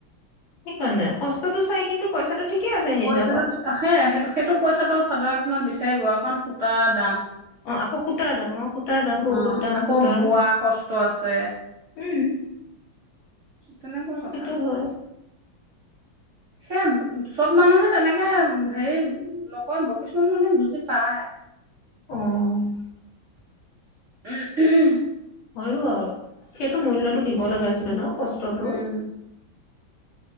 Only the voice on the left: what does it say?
সেইকাৰণে। কষ্টটো চাই কিন্তু পইচাটো। ঠিকে আছে সেই
হিচাপত
অ' আকৌ সূতাৰ দাম। সূতাৰ দাম বহুত
দাম
সূতাৰ।
উম।
সেইটো হয়
অ'।
হলো আৰু। সেইটো মূল্যটো দিব লাগে আচলতে ন কষ্টটোৰ।